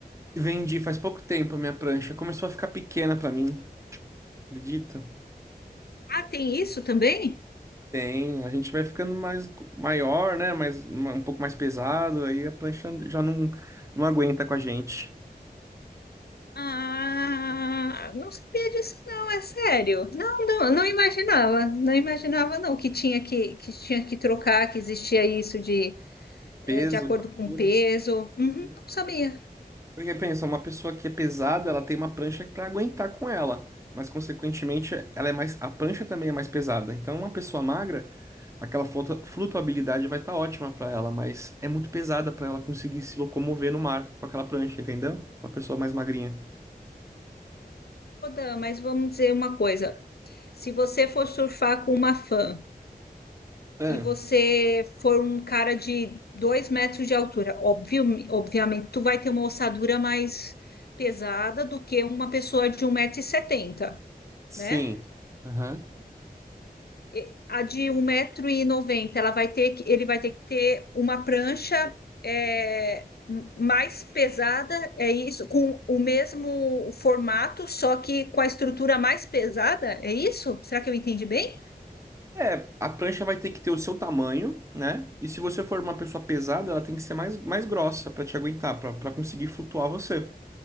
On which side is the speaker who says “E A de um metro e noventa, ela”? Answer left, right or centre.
Left